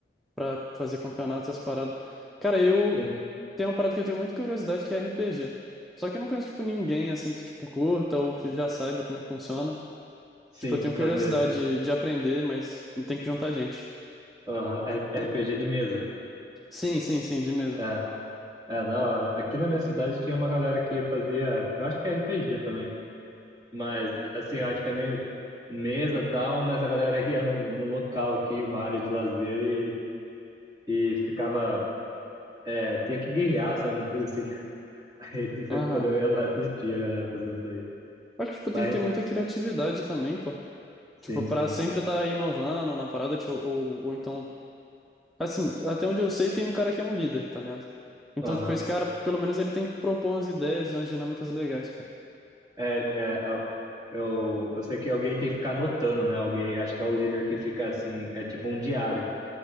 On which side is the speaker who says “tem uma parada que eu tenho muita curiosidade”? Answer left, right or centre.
Centre